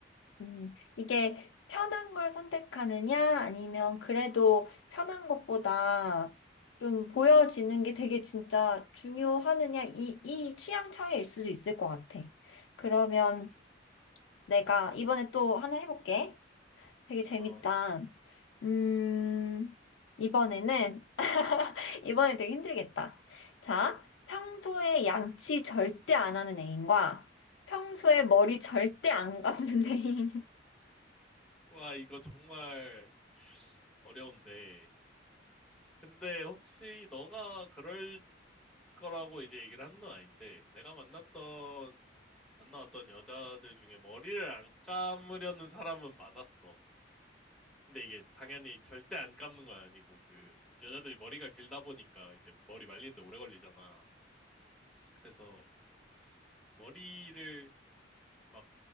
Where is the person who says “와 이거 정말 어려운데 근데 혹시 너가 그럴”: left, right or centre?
Centre